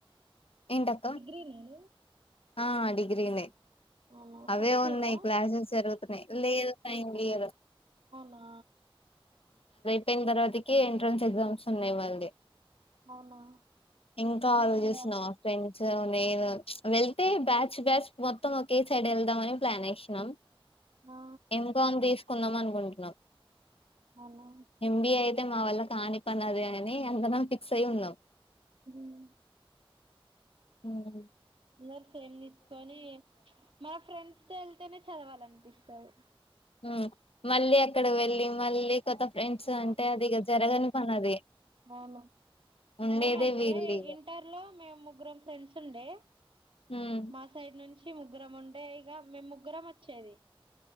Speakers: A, on the left; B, on the right.
A: ఏంటక్క
B: డిగ్రీ నేను
A: ఆ డిగ్రీనే
B: అవునా
A: అవే
B: ఫస్ట్
A: ఉన్నాయ్
B: ఇయరా
A: క్లాసెస్ జరుగుతున్నాయ్ లేదు టైం లేద
B: అవునా
A: అపోయిన తర్వాతకి ఎంట్రన్స్ ఎ్జామ్స్ ఉన్నాయ్ మళ్ళీ
B: అవునా
A: ఇంకా
B: అన్నీ
A: ఆలోచస్తున
B: ఇగ
A: మ ఫ్రెండ్స్ లేదు వెళ్తే బ్యాచ్ బ్యాచ్ మొత్తం ఒకే సైడ్ వెళ్దామని ప్లాన్ ఎసినాం
B: ఆ
A: ఏంకామ్ తీసుకుందాం అనుకుంటున్నాం
B: అవునా
A: ఎంబీఏ అయితే మా వల్ల కాని పని అది అని అందరం ఫిక్స్ అయి ఉన్నాం
B: మ్
A: మ్
B: అందరు సేమ్ తీసుకొని మన ఫ్రెండ్స్ తో వెళ్తేనే చదవాలనిపిస్తది
A: మ్ మళ్ళీ అక్కడ వెళ్ళి మళ్ళీ కొత్త ఫ్రెండ్స్
B: వాళ్ళు
A: అంటే
B: వస్తారు
A: అది ఇగ జరగని పని అది
B: అవును
A: ఉండేదే
B: మేమంతే
A: వీళ్ళు ఇక
B: ఇంటర్ లో మేము ముగ్గురం ఫ్రెండ్స్ ఉండే
A: ఉమ్,
B: మా సైడ్ నుంచి ముగ్గురం ఉండే ఇగ మేము ముగ్గురం వచ్చేది